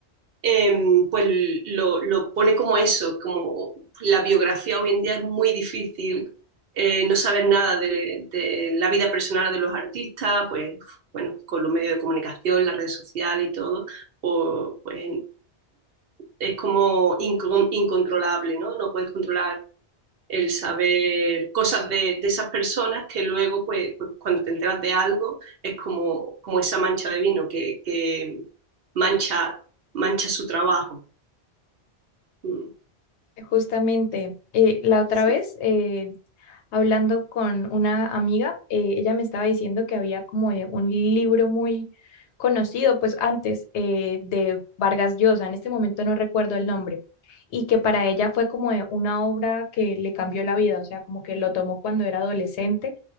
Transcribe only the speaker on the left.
Justamente, eh, la otra
vez, eh, hablando con una amiga, eh, ella me estaba diciendo que había como eh, un libro muy conocido, pues antes eh, de Vargas Llosa, en este momento no recuerdo el nombre, y que para ella fue como eh, una obra que le cambió la vida, o sea, como que lo tomó cuando era adolescente